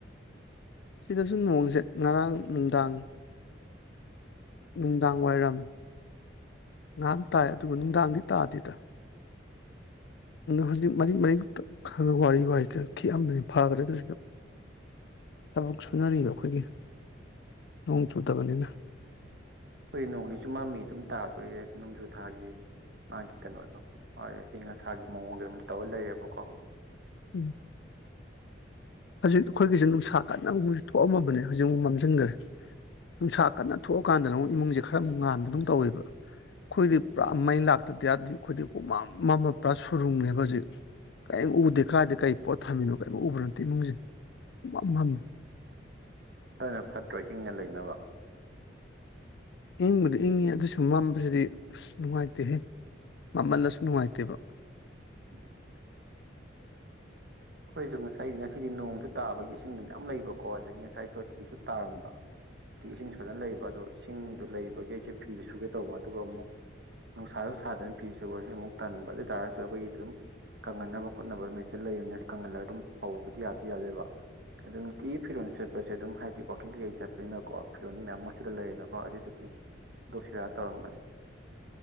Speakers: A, on the left; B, on the right.
A: ꯁꯤꯗꯁꯨ ꯅꯣꯡꯁꯦ ꯉꯔꯥꯡ ꯅꯨꯡꯗꯥꯡ ꯅꯨꯡꯗꯥꯡ ꯋꯥꯏꯔꯝ ꯉꯥꯏꯍꯥꯛ ꯇꯥꯏ ꯑꯗꯨꯒ ꯅꯨꯡꯗꯥꯡꯗꯤ ꯇꯥꯗꯦꯗ ꯍꯧꯖꯤꯛ ꯃꯔꯤꯛ ꯃꯔꯤꯛ ꯈꯒ ꯋꯥꯔꯤ ꯋꯥ ꯈꯔ ꯈꯤꯛꯑꯗꯅꯤ ꯐꯥꯈ꯭ꯔꯦ ꯑꯗꯨ ꯊꯕꯛ ꯁꯨꯅꯔꯤꯕ ꯑꯩꯈꯣꯏꯒꯤ ꯅꯣꯡ ꯆꯨꯗꯕꯅꯤꯅ
B: ꯍꯈꯣꯏ ꯅꯣꯡ ꯍꯧꯖꯤꯛꯁꯨ ꯃꯃꯤ ꯑꯗꯨꯝ ꯇꯥꯗꯣꯔꯤꯒꯦ ꯍꯥꯏꯗꯤ ꯅꯣꯡꯖꯨ ꯊꯥꯒꯤ ꯃꯥꯒꯤ ꯀꯩꯅꯣꯗꯣꯗꯤ ꯑꯌꯪ ꯑꯁꯥꯒꯤ ꯃꯑꯣꯡꯗ ꯑꯗꯨꯝ ꯇꯧꯔ ꯂꯩꯔꯦꯕꯀꯣ
A: ꯎꯝ ꯍꯧꯖꯤꯛ ꯑꯩꯈꯣꯏꯒꯤꯁꯦ ꯅꯨꯡꯁꯥ ꯀꯟꯅꯒꯨꯝꯕꯁꯨ ꯊꯣꯛꯑꯝꯃꯕꯅꯦ ꯍꯧꯖꯤꯛꯐꯥꯎꯛ ꯃꯝꯁꯤꯟꯈ꯭ꯔꯦ ꯅꯨꯡꯁꯥ ꯀꯟꯅ ꯊꯣꯛꯑꯀꯥꯟꯗꯅ ꯑꯃꯨꯛ ꯏꯃꯨꯡꯁꯦ ꯈꯔ ꯑꯃꯨꯛ ꯉꯥꯟꯕ ꯑꯗꯨꯝ ꯇꯧꯋꯦꯕ ꯑꯩꯈꯣꯏꯗꯤ ꯄꯨꯔꯥ ꯃꯩ ꯂꯥꯛꯇꯗꯤ ꯌꯥꯗꯦ ꯑꯩꯈꯣꯏꯗꯤ ꯄꯨꯃꯝ ꯑꯃꯃ ꯄꯨꯔꯥ ꯁꯨꯔꯨꯡꯅꯦꯕ ꯍꯧꯖꯤꯛ ꯀꯔꯤꯝ ꯎꯕꯗꯦ ꯈꯔꯗꯤ ꯀꯔꯤ ꯄꯣꯠ ꯊꯝꯃꯤꯅꯣ ꯀꯔꯤꯝ ꯎꯕ ꯅꯠꯇꯦ ꯏꯃꯨꯡꯁꯦꯝꯃꯦ
B: ꯑꯗꯨꯅ ꯐꯠꯇ꯭ꯔꯣ ꯏꯪꯉ ꯂꯩꯅꯕ
A: ꯏꯪꯕꯗꯤ ꯏꯪꯉꯤ ꯑꯗꯨꯁꯨ ꯃꯝꯕꯁꯤꯗꯤ ꯑꯁ ꯅꯨꯡꯉꯥꯏꯇꯦꯍꯦ ꯃꯝꯍꯜꯂꯁꯨ ꯅꯨꯡꯉꯥꯏꯇꯦꯕ
B: ꯎ ꯑꯩꯈꯣꯏꯁꯨ ꯉꯁꯥꯏꯗꯤ ꯉꯁꯤꯗꯤ ꯅꯣꯡꯁꯨ ꯇꯥꯕꯒꯤ ꯏꯁꯤꯡꯗ ꯃꯌꯥꯝ ꯂꯩꯕꯀꯣ ꯑꯗꯒꯤ ꯉꯁꯥꯏ ꯇꯤꯁꯨ ꯇꯥꯔꯝꯕ ꯇꯤ ꯏꯁꯤꯡꯁꯨ ꯐꯖꯅ ꯂꯩꯕ ꯑꯗꯣ ꯏꯁꯤꯡꯗꯣ ꯂꯩꯕꯒꯤ ꯑꯩꯁꯦ ꯐꯤꯁꯨ ꯁꯨꯒꯦ ꯇꯧꯕ ꯑꯗꯨꯒ ꯑꯃꯨꯛ ꯅꯨꯡꯁꯥꯗꯁꯥꯗꯅ ꯐꯤꯔꯤꯁꯤꯦ ꯑꯣꯏꯔꯁ ꯑꯃꯨꯛ ꯇꯟꯕ ꯑꯗꯨ ꯑꯣꯏꯇꯥꯥꯔꯒꯁꯨ ꯑꯩꯈꯣꯏꯒꯤ ꯑꯗꯨꯝ ꯀꯪꯍꯟꯅꯕ ꯈꯣꯠꯅꯕ ꯃꯦꯆꯤꯟ ꯂꯩꯕꯅꯦ ꯀꯪꯍꯜꯂꯒ ꯑꯗꯨꯝ ꯐꯧꯕꯗꯤ ꯌꯥꯗꯤ ꯌꯥꯗꯣꯏꯕ ꯑꯗꯨ ꯅꯨꯡꯇꯤꯒꯤ ꯐꯤꯔꯣꯜ ꯁꯦꯠꯄꯁꯦ ꯑꯗꯨꯝ ꯍꯥꯏꯗꯤ ꯋꯥꯛꯀꯤꯡ ꯀꯩꯀꯩ ꯆꯠꯄꯅꯤꯅꯀꯣ ꯐꯤꯔꯣꯜ ꯃꯌꯥꯝ ꯃꯣꯠꯁꯤꯟꯂ ꯂꯩꯔꯦꯅꯀꯣ ꯑꯗꯨꯗꯨꯒꯤ ꯗꯣꯁꯤꯔ ꯇꯧꯔꯝꯕꯅꯦ